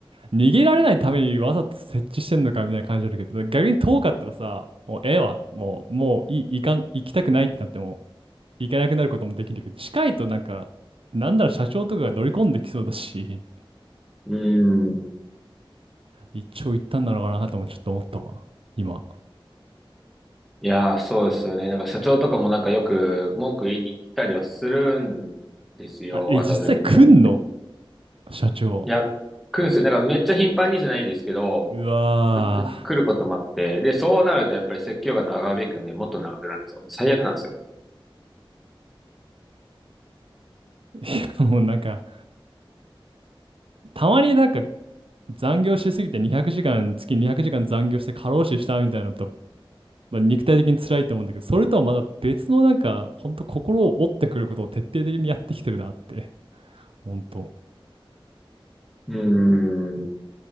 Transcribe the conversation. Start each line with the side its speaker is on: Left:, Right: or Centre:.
Right: 逃げられないためにわざと設置してんのかみたいな感じあるけど、逆に遠かったらさ、もうええわ、もう、もういい、いかん、行きたくないってなっても、行けなくなることもできるけど、近いとなんか、なんだろう、社長とかが乗り込んできそうだし、
Centre: うん。
Right: 一長一短なのかなともちょっと思ったわ、今。
Centre: いやー、そうですよね。なんか社長とかもなんかよく文句言いに来たりはするんですよ。
Right: あ、え、
Centre: わざわざ現場に来て。
Right: 実際来んの社長。
Centre: いや、来るんですよ。なんかめっちゃ頻繁にじゃないですけど、
Right: うわ
Centre: ふ、ふ、来ることもあって。で、そうなるとやっぱり説教が長引くんで、もっと長くなるんですよ。最悪なんですよ。
Right: ー。いや、もうなんか、たまになんか残業しすぎて200時間、月200時間残業して過労死したみたいなのと、まあ、肉体的に辛いと思うんだけど、それとはまだ別のなんか、ほんと心を折ってくることを徹底的にやってきてるなって。ほんと。
Centre: うーん。い